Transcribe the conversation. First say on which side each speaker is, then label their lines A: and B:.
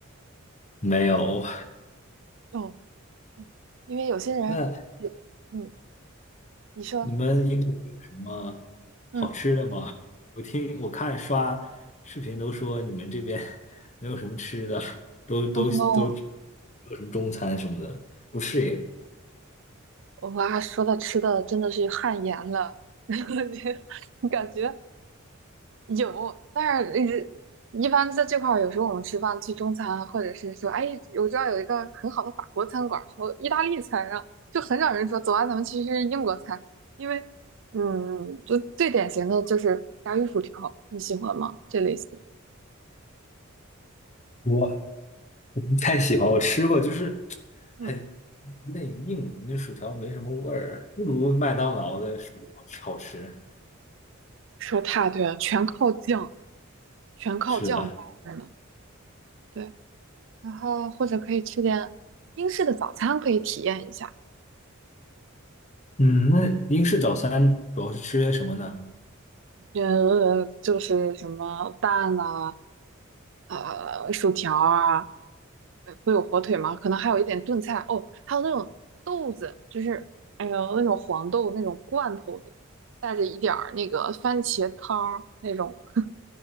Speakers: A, on the left; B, on the right.
A: 没有。
B: 哦，嗯，因为有些人有，
A: 那
B: 嗯，你说，
A: 你们英国有什么
B: 嗯，
A: 好吃的吗？我听我看刷视频都说你们这边 <laughs> 没有什么吃的，都都都没
B: 哦，no，
A: 有什么中餐什么的，不适应。
B: 哇，说到吃的真的是汗颜了，<laughs> 你感觉？有，但是呃一般在这块儿，有时候我们吃饭去中餐，或者是说，哎，我知道有一个很好的法国餐馆儿，说意大利餐，啊，就很少人说，走啊，咱们去吃英国餐，因为，嗯，就最典型的就是炸鱼薯条，你喜欢吗？这类似，
A: 我我不太喜欢，我吃过，就是
B: 嗯，
A: 很内硬，那薯条没什么味儿，不如麦当劳的薯条好吃。
B: 说太对了，全靠酱，全靠酱搭配呢
A: 是的，
B: 对，然后或者可以吃点英式的早餐，可以体验一下，
A: 嗯，那英式早餐主要是吃些什么呢？
B: 呃，就是什么蛋呐、呃薯条啊，呃会有火腿吗？可能还有一点炖菜哦，还有那种豆子，就是哎呦那种黄豆那种罐头里带着一点儿那个番茄汤儿那种 <laughs>